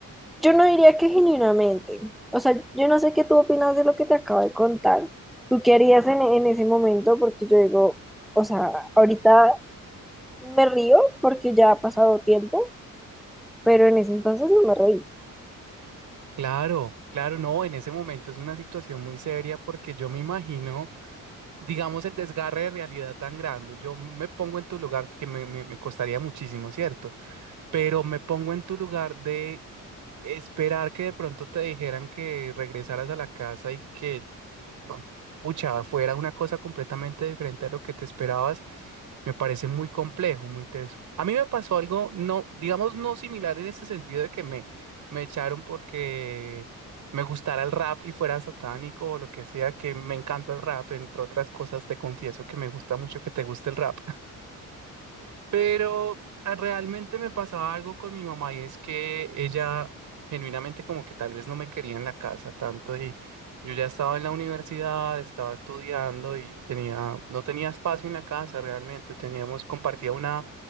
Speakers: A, in the centre; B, on the right.
A: yo no diría que genuinamente. O sea, yo no sé qué tú opinas de lo que te acabo de contar. ¿Tú qué harías en, en ese momento? Porque yo digo, o sea, ahorita me río porque ya ha pasado tiempo, pero en ese entonces no me reí.
B: Claro, claro, no, en ese momento es una situación muy seria porque yo me imagino. digamos, el desgarre de realidad tan grande. Yo me pongo en tu lugar, que me, me, me costaría muchísimo, ¿cierto? Pero me pongo en tu lugar de esperar que de pronto te dijeran que regresaras a la casa y que bueno, pucha, fuera una cosa completamente diferente a lo que te esperabas, me parece muy complejo, muy teso. A mí me pasó algo, no, digamos, no similar en ese sentido de que me, me echaron porque me gustara el rap y fuera satánico o lo que sea, que me encanta el rap, entre otras cosas, te confieso que me gusta mucho que te guste el rap. Pero ah, realmente me pasaba algo con mi mamá y es que ella genuinamente como que tal vez no me quería en la casa tanto y yo ya estaba en la universidad, estaba estudiando y tenía, no tenía espacio en la casa realmente, teníamos, compartía una